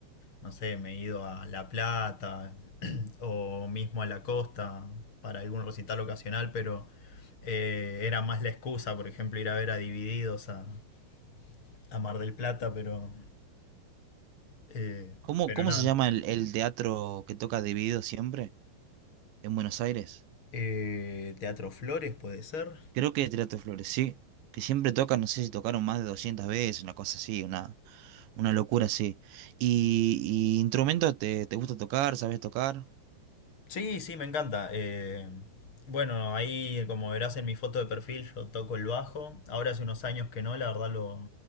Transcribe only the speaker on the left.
no sé, me he ido a La Plata <clears throat> o mismo a la costa para algún recital ocasional, pero eh, era más la excusa, por ejemplo, ir a ver a Divididos a, a Mar del Plata, pero, eh,
pero
nada.
no.
Eh, Teatro Flores puede ser.
Sí, sí, me encanta. Eh, bueno, ahí como verás en mi foto de perfil yo toco el bajo. Ahora hace unos años que no, la verdad lo,